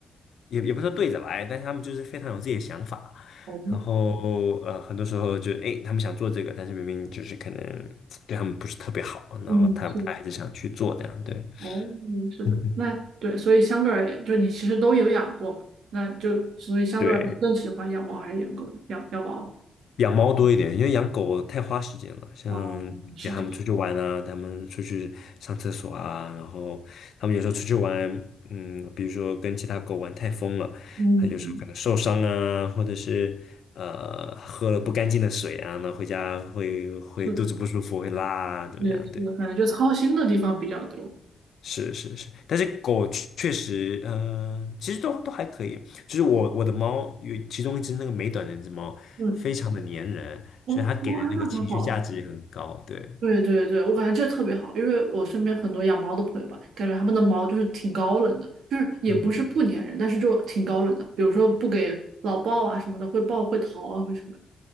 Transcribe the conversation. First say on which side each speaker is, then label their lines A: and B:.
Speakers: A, on the left; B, on the right.
A: 也也不是说对着来，但是他们就是非常有自己的想法。
B: 哦，
A: 然后呃，很多时候就诶，他们想做这个，但是明明就是可能对他们不是特别好，然后他他还是想去做这样，
B: 嗯，是的，
A: 对，
B: 哦，
A: <laughs>
B: 是的，
A: 嗯，
B: 那对，所以相对而言，就你其实都有养过嘛，那就所以相对而言更喜欢养猫还是养狗？
A: 对。
B: 养养猫。
A: 养猫多一点，因为养狗太花时间了，像给他们出去玩啊，
B: 哦，是的，
A: 他们出去上厕所啊，然后他们有时候出去玩，嗯，比如说跟其他狗玩太疯了，
B: 嗯，
A: 他就时候可能受伤啊，或者是呃喝了不干净的水啊，那回家会会肚子不舒服，
B: 是的，
A: 会拉啊，怎么样？
B: 对，是的，
A: 对。
B: 反正就操心的地方比较多。
A: 是是是，但是狗确实，嗯、其实都都还可以。就是我我的猫有其中一只那个美短的那只猫，
B: 嗯，
A: 非常的粘人，
B: 哦，
A: 所以它给的那个情绪价值也很高。
B: 哇，那很好。
A: 对，
B: 对对对，我感觉这特别好，因为我身边很多养猫的朋友吧，感觉他们的猫就是挺高冷的，就是也不是不粘人，
A: 嗯，
B: 但是就挺高冷的，比如说不给老抱啊什么的，会抱会逃啊，会什么的。